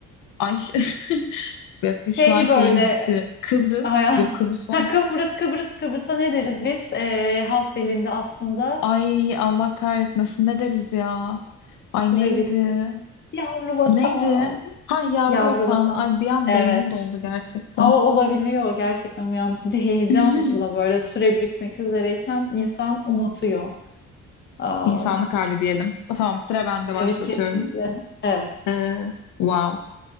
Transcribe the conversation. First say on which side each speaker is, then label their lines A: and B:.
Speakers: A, on the left (about 85°); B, on the left (about 35°).
A: ay <laughs> Bak
B: Şey
A: şu an şeyim
B: böyle
A: gitti. Kıbrıs.
B: aya,
A: Yok Kıbrıs
B: <laughs> ha,
A: orada.
B: Kıbrıs Kıbrıs Kıbrıs'a ne deriz biz Ee, halk dilinde aslında
A: Ay Allah kahretmesin ne deriz ya? Ay
B: Türevit
A: neydi?
B: yavru vatan
A: Neydi? Ha yavru
B: yavru
A: vatan.
B: vatan
A: Ay bir an
B: evet
A: beynim doldu gerçekten.
B: ama olabiliyor gerçekten bir an bir de heyecanla
A: <laughs>
B: böyle süre bitmek üzereyken insan unutuyor Aa,
A: İnsanlık hali diyelim. Tamam sıra bende başlatıyorum.
B: evet kesinlikle evet
A: Ee, wow.